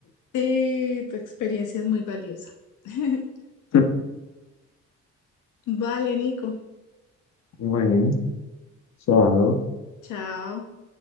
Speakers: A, on the left (about 85°); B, on the left (about 65°).
A: Sí, tu experiencia es muy valiosa. <laughs>
B: <laughs>
A: Vale, Nico.
B: Bueno, chao.
A: Chao.